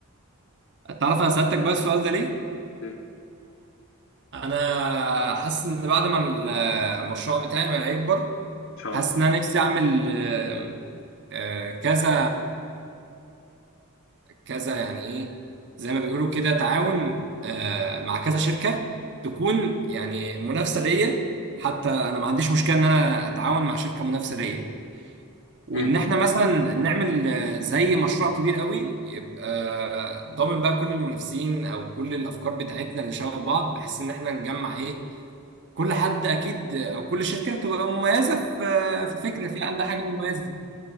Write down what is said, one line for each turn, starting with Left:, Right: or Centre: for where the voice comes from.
Right: تعرف انا سألتك بقى السؤال ده ليه
Left: ليه إن
Right: انا حاسس ان بعد ما المشروع بتاعي ما هيكبر
Left: شاء
Right: حاسس
Left: الله
Right: ان انا نفسي اعمل آه، آه، كذا كذا يعني ايه زي ما بيقولوا كده تعاون آه، مع كذا شركه تكون يعني منافسه ليا حتى انا ما عنديش مشكله ان انا اتعاون مع شركه منافسه ليا وان
Left: امم
Right: احنا مثلا نعمل آه، زي مشروع كبير قوي يبقى آه، ضامن بقى كل المنافسين او كل الافكار بتاعتنا اللي شبه بعض بحيث ان احنا نجمع ايه كل حد اكيد او كل شركه تبقى مميزه في آه، في فكره في عندها حاجه مميزه